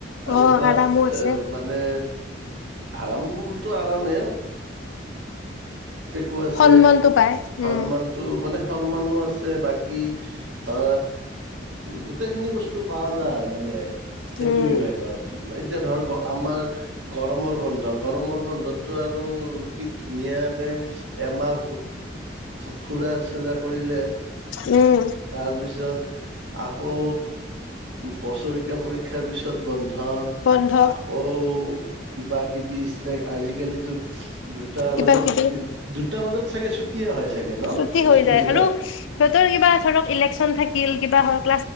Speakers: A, on the right (about 75°); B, on the left (about 85°).
A: আৰু
B: অ
A: প্লাছ
B: আৰামো আছে
A: এ মানে আৰাম টো আৰামে কো আছে
B: সন্মানটো পায়
A: সন্মানতটো
B: উম
A: মানে সন্মানো আছে বাকী অ গোটেইখিনি বস্তু পোৱা যায় মানে। সেইটো
B: উম
A: বিভাগত এতিয়া ধৰক আমাৰ গৰমৰ বন্ধ। গৰমৰ বন্ধতটো আৰু কি ধুনীয়াকে, এমাহ ফুৰা-চুৰা কৰিলে।
B: উম
A: তাৰপিছত আকৌ বছৰে <unintelligible> পৰীক্ষাৰ পিছত বন্ধ
B: বন্ধ
A: আকৌ কিবা-কিবি <unintelligible> আজিকালিতো দুটা
B: কিবা
A: বজাত
B: কিবি
A: তিন-দুটা বজাত চাগে ছুটিয়ে হয় চাগে ন'
B: ছুটি হৈ
A: স্কুল
B: যায়
A: বিলাক?
B: আৰু সিহঁতৰ কিবা ধৰক ইলেকচন থাকিল কিবা হ'ল।